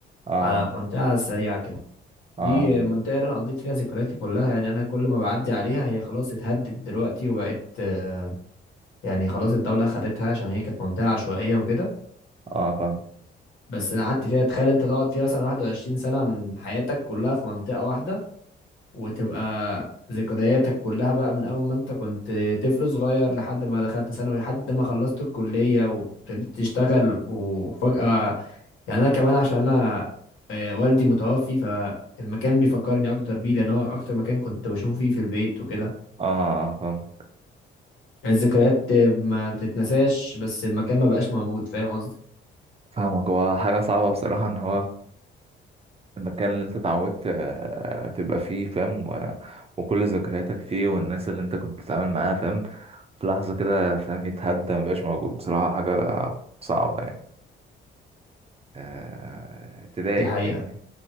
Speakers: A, on the right (about 30°); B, on the left (about 80°).
A: اه
B: على منطقه سريعه كده
A: اه
B: دي منطقه اللي انا قضيت فيها ذكرياتي كلها يعني انا كل ما بعدي عليها هي خلاص اتهدت دلوقتي وبقت آه، يعني خلاص الدوله خدتها عشان هي كانت منطقه عشوائيه وكده
A: اه فاهم
B: بس انا قعدت فيها تخيل انت تقعد فيها مثلا 21 سنه من حياتك كلها في منطقه واحده وتبقى ذكرياتك كلها بقى من أول ما أنت كنت طفل صغير لحد ما دخلت ثانوي لحد ما خلصت الكلية وابتديت تشتغل وفجأة يعني أنا كمان عشان أنا آه، والدي متوفي فالمكان بيفكرني أكتر بيه لأن هو أكتر مكان كنت بشوفه فيه في البيت وكده
A: اه فاهم
B: الذكريات ما بتتنساش بس المكان ما بقاش موجود فاهم قصدي
A: فاهمك هو حاجة صعبة بصراحة ان هو المكان اللي انت اتعودت آه، تبقى فيه فاهم و- وكل ذكرياتك فيه والناس اللي انت كنت بتتعامل معاها فاهم في لحظة كده فاهم يتهدى مبقاش موجود بصراحة حاجة صعبة يعني آه، تضايق
B: دي حقيقة
A: فاهمني